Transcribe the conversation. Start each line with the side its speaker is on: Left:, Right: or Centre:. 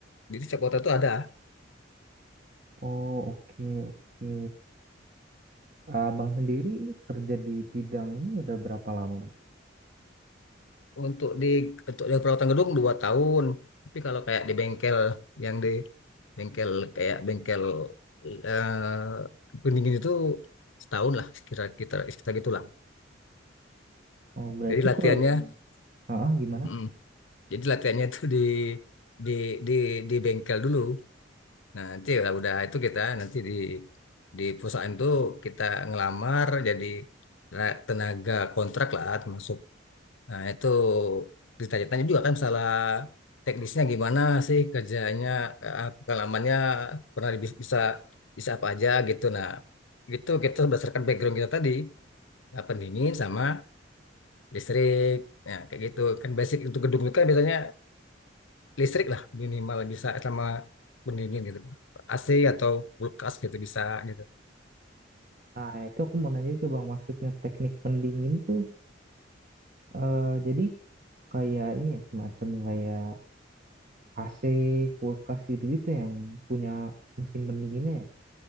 Left: jadi setiap kota itu ada
Right: oh oke oke. Abang sendiri ini kerja di bidang ini udah berapa lama? Bang?
Left: untuk di untuk di perawatan gedung dua tahun tapi kalau kayak di bengkel yang di bengkel kayak bengkel eh pendingin itu setahun lah kira-kira kita sekitar gitulah
Right: Oh berarti
Left: jadi latihannya
Right: kalau yang, ah ah, gimana?
Left: mm, Jadi latihannya tuh di di di di bengkel dulu. Nah, nanti kalau udah itu kita nanti di di perusahaan tuh kita ngelamar jadi ra- tenaga kontrak lah termasuk. Nah, itu ditanya-tanya juga kan masalah teknisnya gimana sih kerjanya eh, pengalamannya pernah di- bisa bisa apa aja gitu. Nah, itu kita berdasarkan background kita tadi, eh, pendingin sama listrik. Ya, kayak gitu. Kan basic untuk gedung itu kan biasanya listrik lah minimal bisa sama pendingin gitu AC atau kulkas gitu bisa gitu
Right: Nah, itu aku mau nanya itu Bang, maksudnya teknik pendingin tuh Eh, jadi kayak ini ya semacam kayak AC, kulkas gitu-gitu yang punya mesin pendinginnya ya.